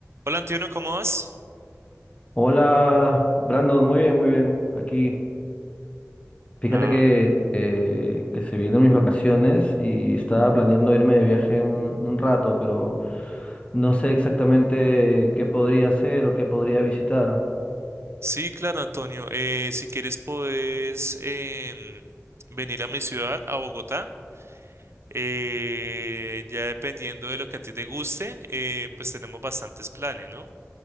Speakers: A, on the right (about 55°); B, on the left (about 25°).
A: Hola Antonio, ¿cómo vas?
B: Hola, Brandon, muy bien, muy bien. Aquí, fíjate
A: Ah,
B: que, eh, que se vienen mis vacaciones y estaba planeando irme de viaje un, un rato, pero no sé exactamente qué podría hacer o qué podría visitar.
A: sí, claro, Antonio. Eh, si quieres, puedes em, venir a mi ciudad, a Bogotá. Eh, ya dependiendo de lo que a ti te guste, eh, pues tenemos bastantes planes, ¿no?